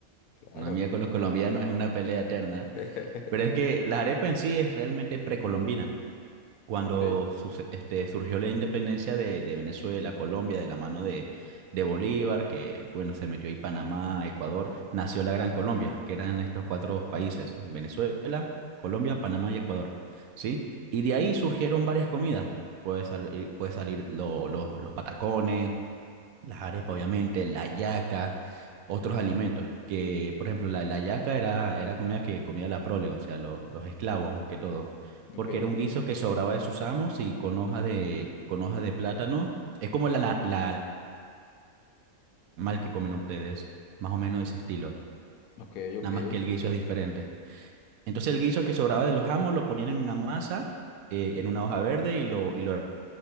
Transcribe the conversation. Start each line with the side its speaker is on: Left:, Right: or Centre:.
Left: Claro.
Right: la economía con los colombianos es una pelea eterna,
Left: <laughs>
Right: pero es que la arepa en sí es realmente precolombina. cuando
Left: Ok,
Right: suce- este, surgió la independencia de, de Venezuela, Colombia, de la mano de, de Bolívar, que bueno, se metió ahí Panamá, Ecuador, nació la Gran Colombia, que eran estos cuatro países, Venezuela, Colombia, Panamá y Ecuador, ¿sí? Y de ahí surgieron varias comidas. Puede salir, puede salir lo- lo- los patacones, las arepas, obviamente, la yaca, otros alimentos, que por ejemplo la, la yaca era, era comida que comía la prole, o sea, lo- los esclavos más que todo,
Left: ok,
Right: porque era un guiso que sobraba de sus amos y con hojas de, con hojas de plátano, es como la, la, la mal que comen ustedes, más o menos de ese estilo,
Left: ok, ok.
Right: nada más que el guiso es diferente. Entonces el guiso que sobraba de los amos lo ponían en una masa, eh, en una hoja verde y lo, y lo